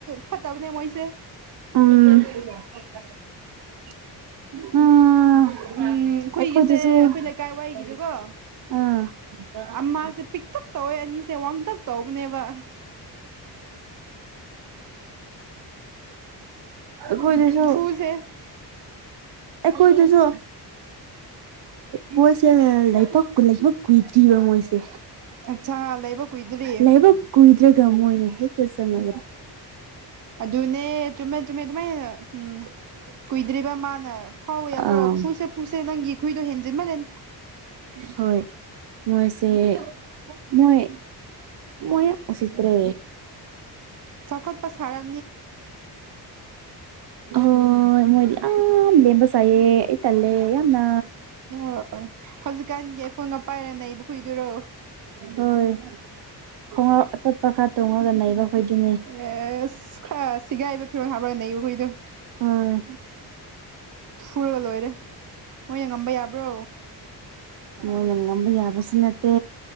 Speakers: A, on the right (about 50°); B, on the right (about 75°).
A: ꯐꯠꯇꯕꯅꯦ ꯃꯣꯏꯁꯦ
B: ꯎꯝ ꯎꯝ
A: ꯎꯝ
B: ꯑꯩꯈꯣꯏꯗꯁꯨ
A: ꯑꯩꯈꯣꯏꯒꯤꯁꯦ ꯑꯩꯈꯣꯏ ꯂꯩꯀꯥꯏ ꯋꯥꯏꯒꯤꯗꯨꯀꯣ
B: ꯁꯨ
A: ꯑꯃꯁꯦ ꯄꯤꯛꯇꯛ ꯇꯧꯋꯦ ꯑꯅꯤꯁꯦ ꯋꯥꯡꯇꯛ ꯇꯧꯕꯅꯦꯕ
B: ꯈꯣꯏꯗꯁꯨ
A: ꯐꯨꯁꯦ
B: ꯑꯩꯈꯣꯏꯗꯨꯁꯨ ꯃꯣꯏꯁꯦ ꯂꯩꯄꯥꯛ ꯂꯩꯄ ꯀꯨꯏꯗ꯭ꯔꯤꯕ ꯃꯣꯏꯁꯦ
A: ꯑꯠꯆꯥ ꯂꯩꯕ ꯀꯨꯏꯗ꯭ꯔꯤ
B: ꯂꯥꯏꯕꯛ ꯀꯨꯏꯗ꯭ꯔꯒ ꯃꯣꯏꯅ ꯍꯦꯛꯇ ꯆꯪꯉꯛ
A: ꯑꯗꯨꯅꯦ ꯆꯨꯝꯃꯦ ꯆꯨꯝꯃꯦ ꯑꯗꯨꯃꯥꯏꯅ ꯎꯝ ꯀꯨꯏꯗ꯭ꯔꯤꯕ ꯃꯥꯅ ꯐꯥꯎꯕ
B: ꯑꯥ
A: ꯌꯥꯕ꯭ꯔꯣ ꯐꯨꯁꯦ ꯐꯨꯁꯦ ꯅꯪꯒꯤ ꯈꯨꯏꯗꯣ ꯍꯦꯟꯖꯦ ꯃꯥꯂꯦꯟ
B: ꯍꯣꯏ ꯃꯣꯏꯁꯦ ꯃꯣꯏ ꯃꯣꯏ ꯎ ꯎꯆꯠ꯭ꯔꯦ
A: ꯆꯈꯠ ꯄ ꯁꯔ
B: ꯑꯣ ꯃꯣꯏꯗꯤ ꯌꯥꯝ ꯂꯦꯝꯕ ꯁꯥꯏꯌꯦ ꯑꯩ ꯇꯜꯂꯦ ꯌꯥꯝꯅ
A: ꯍꯣꯏ ꯍꯧꯖꯤꯛꯀꯥꯟꯒꯤ ꯄꯥꯏꯔ ꯅꯩꯕ ꯈꯣꯏꯗꯨꯔꯣ
B: ꯍꯣꯏ ꯈꯣꯡꯥꯎ ꯑꯇꯣꯞꯄ ꯈꯔ ꯇꯣꯡꯉꯒ ꯑꯩꯈꯣꯏꯗꯤꯅꯦ
A: ꯑꯦꯁ ꯈꯔ ꯁꯤꯒꯥꯏꯕ ꯐꯤꯔꯣꯟꯜ ꯍꯥꯞꯄꯣ ꯅꯩꯕꯨ ꯍꯨꯏꯗꯣ
B: ꯍꯣꯏ
A: ꯁꯨꯔꯒ ꯂꯣꯏꯔꯦ ꯃꯣꯏꯅ ꯉꯝꯕ ꯌꯥꯕ꯭ꯔꯣ
B: ꯃꯣꯏꯅ ꯉꯝꯕ ꯌꯥꯕꯁꯨ ꯅꯠꯇꯦ